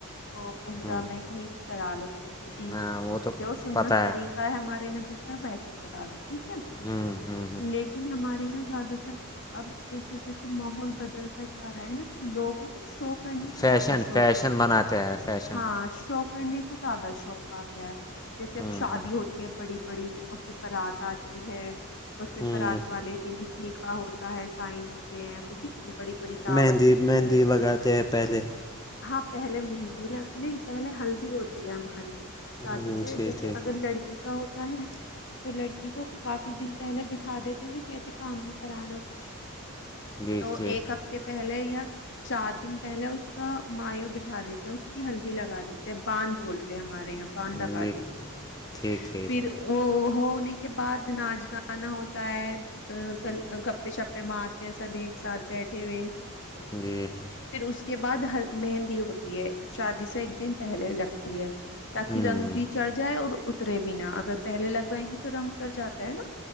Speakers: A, on the left; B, on the left.
A: ا عمرہ
B: ہوں
A: میں کہیں بھی کرا لو جیسےکی
B: ہاں وہ تو
A: جو سنت
B: پتہ
A: طریقہ ہے ہمارے نبی کا ویسے کرا لو ٹھیک ہے
B: ہمم ھمم
A: لیکن ہمارے یہاں زیادہ تر اب جیسے جیسے ماحول بدلتا جا رہا ہے نا تو لوگوں کو شو کرنے کا
B: فیشن
A: زیادہ شوق
B: فیشن بناتے ہیں فیشن
A: ہاں شو کرنے کا زیادہ شوق آ گیا ہے جیسے اب
B: ہوں
A: شادی
B: ہوں
A: ہوتی ہے بڑی بڑی اور پھر بارات آتی ہے اور پھر
B: ہوں
A: بارات والے دن نکاح ہوتا ہے سائن ہوتے ہیں پھر نی بڑی بڑی دعوت
B: مہندی
A: ہوتی
B: مہندی
A: ہیں
B: لگاتے ہیں پہلے
A: ہاں پہلے مہندی لگ نہیں پہلے ہلدی ہوتی ہے ہمارے یہاں شادی
B: ہوں،
A: سے
B: ٹھیک
A: جیسے
B: ٹھیک
A: اگر لڑکی کا ہوتا ہے تو لڑکی کو کافی دن پہلے بٹھا دیتے نا کہتے کام نہیں کرانا کچھ
B: جی
A: تو
B: جی
A: ایک ہفت اے پہلے یا چار دن پہلے اس کا مایو بٹھا دیتے ہیں اس کی ہلدی لگا دیتے باندھ بولتے ہیں ہمارے یہاں بانھ لگا
B: جی
A: دیتے ہیں
B: ٹھیک ٹھیک
A: پھر وہ ہونے کے بعد ناچ گانا ہوتا ہے ا گل گپے شپے مارتے ہیں سب ایک ساتھ بیٹھے ہوئے
B: جی
A: پھر اس کے بعد ہل مہندی ہوتی ہے شادی سے ایک دن پہلے لگتی ہے تاکہ
B: ہوں
A: رنگ بھی چڑھ جائے اور اترے بھی نا اگر پہلے لگوائیں گی تو رنگ اتر جاتا ہے نا